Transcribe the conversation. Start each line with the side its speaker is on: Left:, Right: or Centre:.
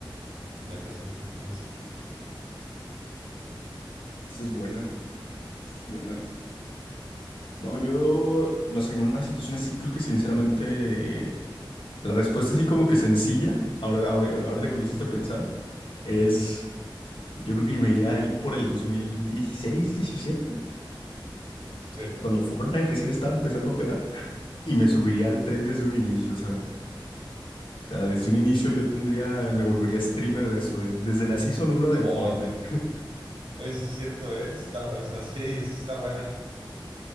Right: en el presente, entonces no sé.
Left: esa es buena, es buena. No, yo, no sé, en una situación así creo que sinceramente la respuesta así como que sencilla, ahora, ahora- ahorita que me hiciste pensar, es,
Right: Ujú,
Left: yo creo que me iría ahí por el 2016, 17,
Right: sí.
Left: cuando Fortnite recién estaba empezando a pegar. y me subiría al tren desde un inicio, ¿sabes? O sea, desde un inicio yo tendría, me volvería streamer de eso, de- desde la Season uno del
Right: Oh,
Left: Fortnite. <laughs>
Right: es cierto, ¿eh? Está, bu- o sea, sí, sí está buena.